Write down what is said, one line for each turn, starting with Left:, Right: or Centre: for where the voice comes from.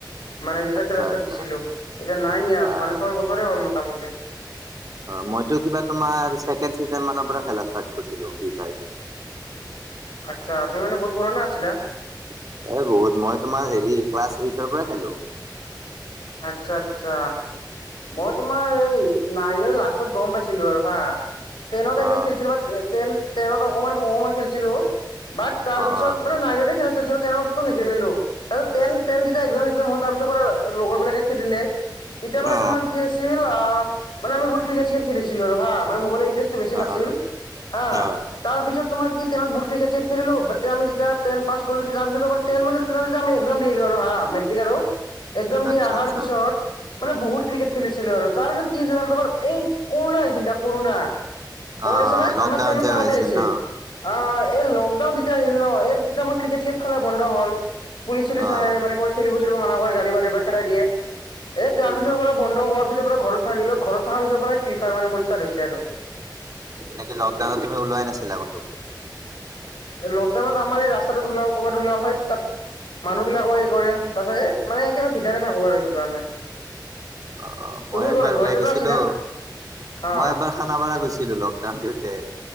Left: মানে যেতিয়া
Right: আচ্ছা
Left: খেলা ষ্টাৰ্ট
Right: আচ্ছা
Left: দিছিলো এতিয়া নাইন ইয়াৰছ
Right: আহ
Left: মান ছয় বছৰে হ'ল মোটামটি।
Right: অ মইতো কিবা তোমাৰ ছেকেণ্ড চিজন মানৰ পৰা খেলা আছো। তাক কৈছিলো ফ্ৰী ফায়াৰ।
Left: আচ্ছা তুমি মানে বহুত পুৰণা আছিলা?
Right: এ বহুত মই তোমাৰ হেৰি ক্লাছ এইটৰ পৰা খেলো।
Left: আচ্ছা আচ্ছা। মই তোমাৰ সেই নাইনৰ লাষ্টত গম পাইছিলো আৰু হা। টেইনত এনেই
Right: অ
Left: খেলিছিলো বা ন টেইনত অকমান অকমান খেলিছিলো। বাট তাৰ
Right: অ
Left: পিছত
Right: অ।
Left: মানে নাইনতে খেলিছিলো। তাৰপিছত টেইনত তু নেখেলিলো। তাৰপিছত টেন-টেন যেতিয়া ইকজাম-ইকজাম হল তাৰ পিছৰ পৰা- লগৰ বিলাকে খেদিলে। এতিয়া মানে
Right: অ
Left: তোমাৰ কি আছিল আ মানে আমি বহুত- ক্ৰিকেট-চিকেট খেলিছিলো আৰু হা মানে মোবাইলৰ ইনট্ৰাস্ত বেছি
Right: অ
Left: নাছিল
Right: অ।
Left: হা,
Right: অ
Left: তাৰ পিছত তোমাৰ- বুট ক্ৰিকেট-চিকেট খেলিলো বাত আমি যেতিয়া টেন পাছ কৰিলো তাৰপিছত ত আমাৰ- টন মানে আমি এক্জাম দিলো আৰু হা মেট্ৰিক আৰু এক্জাম দি
Right: আচ্ছা
Left: অহাৰ
Right: আচ্ছা
Left: পিছত মানে বহুত- ক্ৰিকেট খেলিছিলো আৰু তাৰ পিছত কি হৈছিল ত তোমাৰ এই কৰোণা হৈছিল যে কৰোণা। মনত
Right: অ
Left: আছে না
Right: লকডাউন
Left: আমাৰ টেনত
Right: যে
Left: থাকোতে
Right: হৈ আছিল
Left: আহিছিল
Right: ন
Left: অ এই লকডাউন তেতিয়া আহিল ন। তেতিয়া আমাৰ ক্ৰিকেট চ্ৰিকেট খলে বন্ধ হল। পুলিচ- চুলিচ
Right: অ
Left: আহে মানে কৈ খেলিব চেলিব মানা কৰে, গালি পাৰে। খেদাই দিয়ে এ তাৰ
Right: কি
Left: পিছৰ
Right: কোৱা
Left: পৰা বন্ধ হোৱাৰ পিছৰ পৰা ঘৰত থাকিলেও- ঘৰত থকাৰ পিছৰ পৰাই ফ্ৰী ফায়াৰ মানে মোৰ স্টাৰ্ট হৈছে আৰু।
Right: নেকি লকডাউনত তুমি ওলোৱাই নাছিলা কতো?
Left: লকডাউনত আমাৰ এই ৰাস্তাটোত উলাও, কৰ'বাত উলাও, হেয় তাত মানুহ বিলাকো হেই কৰে তাৰ পিছত এ- মানে একেবাৰে পিঞ্জাতে থাকো আৰু সেইটো কাৰণে।
Right: আহ
Left: তুমি
Right: মই একবাৰ
Left: ক'ত
Right: ওলাই
Left: ঘৰতেতো
Right: গৈছিলো।
Left: আছিলা হা
Right: মই এবাৰ খানাপাৰা গৈছিলো লকডাউন দিওঁতে,